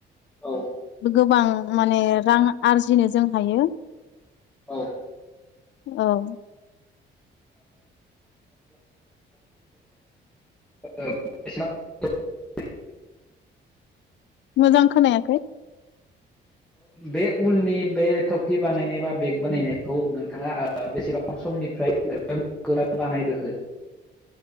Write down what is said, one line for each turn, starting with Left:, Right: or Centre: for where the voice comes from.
Centre: औ
Left: गोबां माने रां आरजिनो जों हायो
Centre: औ
Left: औ
Centre: <unintelligible>
Left: मोजां खोनायाखै
Centre: बे उलनि बे टफि बानायनाय बा बेग बानायनायखौ नोंथाङा बेसेबां समनिफ्राय <unintelligible> बानायबोखो